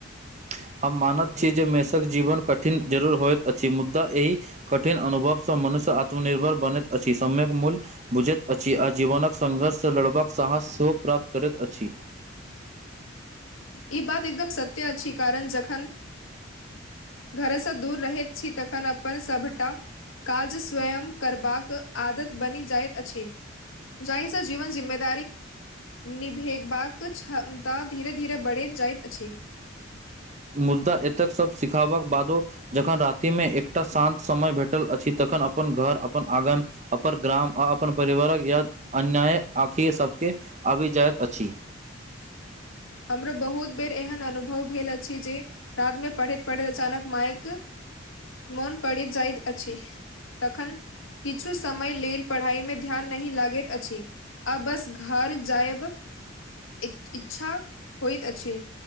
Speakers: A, on the right (about 35°); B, on the left (about 80°).
A: <unintelligible> हम मानत छी जे मेषक जीवन कठिन जरूर होयइत अछि मुद्दा एहि कठिन अनुभव से मनुष्य सँ आत्मनिर्भर बनैत अछि समक मूल्य बुझैत अछि आ जीवनक संघर्षसँ लड़बाक साहस सेहो प्राप्त करैत अछि
B: ई बात एकदम सत्य अछि कारण जखन घरसँ दूर रहैत छी तखन अपन सभटा काज स्वयं करबाक आदत बनि जाइत अछि जाहिस जीवन जिम्मेदारी निभेबाक क्षम त धीरे धीरे बढ़े जाइत अछि
A: मुद्दा एतेक सब सिखाबक बादो जखन राति मे एकटा शान्त समय भेटल अछि छी तखन अपन घर अपन आङ्गन अपन ग्राम आ अपन परिवारक या अन्याय आँखि सभके आबि जाइत अछि
B: हमरो बहुत बेर एहन अनुभव भेल अछि जे रात मे पढ़ैत पढ़ैत अचानक मायक मोन पड़ि जाइत अछि तखन किछु समय लेल पढ़ाइमे ध्यान नहि लागैत अछि आ बस घर जायब इच्छा होइत अछि